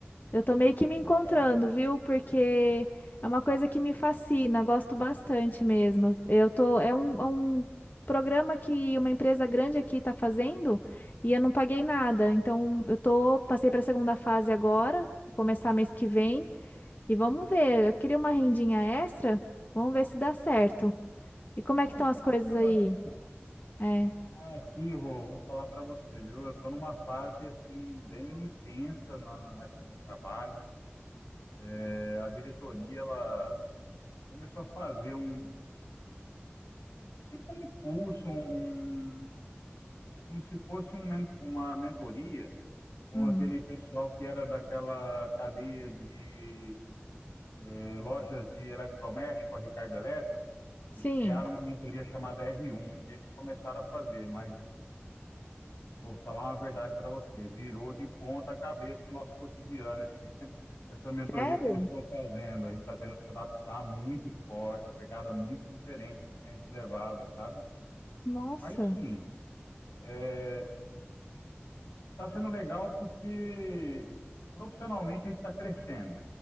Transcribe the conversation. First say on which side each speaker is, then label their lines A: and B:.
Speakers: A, on the left (about 45°); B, on the left (about 85°).
A: Eu tô meio que me
B: Legal.
A: encontrando, viu? Porque é uma coisa que me fascina, gosto bastante mesmo. Eu tô, é um, é um programa que uma empresa grande aqui tá fazendo e eu não paguei nada. Então, eu tô, passei para a segunda fase agora, vou começar mês que vem e vamos ver. Eu queria uma rendinha extra, vamos ver se dá certo. E como
B: Pô,
A: é que estão
B: que
A: as coisas
B: coisa bacana.
A: aí? É,
B: Ah, aqui, Rô, vou falar para você, viu? Eu estou numa fase, assim, bem intensa na- aqui no trabalho. É, a diretoria, ela começou a fazer um, tipo um curso, um, como se fosse um uma mentoria com
A: hum,
B: aquele pessoal que era daquela cadeia de eh, lojas de eletrodoméstico, a Ricardo Eletro. Eles
A: sim.
B: criaram uma mentoria chamada R1 e eles começaram a fazer, mas eu vou falar uma verdade para você, virou de ponta cabeça o nosso cotidiano, esse- <laughs> essa mentoria
A: Sério?
B: que eles estão fazendo. A gente está tendo que se adaptar muito forte, a pegada muito diferente do que a gente levava, sabe?
A: Nossa.
B: Mas assim, é, está sendo legal porque profissionalmente a gente está crescendo,